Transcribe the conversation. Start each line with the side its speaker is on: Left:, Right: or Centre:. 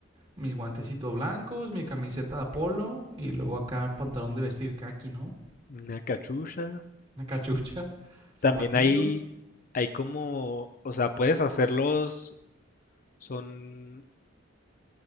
Right: Mis guantecitos blancos, mi camiseta de polo y luego acá pantalón de vestir kaki, ¿no?
Left: una cachucha.
Right: Una cachucha, zapatillos.
Left: También hay hay como, o sea, puedes hacerlos, son